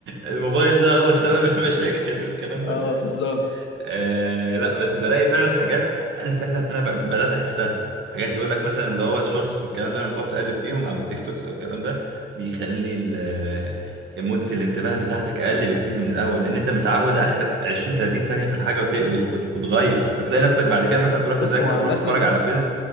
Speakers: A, on the right; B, on the left.
A: الموبايل ده هو سبب المشاكل والكلام ده
B: اه بالظبط
A: آه لا بس بلاقي فعلا حاجات انا فعلا انا ب- بدات احسها حاجات يقول لك مثلا اللي هو الشورتس والكلام ده لما تقعد تقلب فيهم او التيك توكس او الكلام ده بيخلي ال- آه، مدة الانتباه بتاعتك اقل بكتير من الاول لان انت متعود اخرك 20 30 ثانية في الحاجة وت- وت- وت- وتغير فتلاقي نفسك بعد كده مثلا تروح
B: بص
A: تذاكر
B: هو عامه
A: او تروح تتفرج على فيلم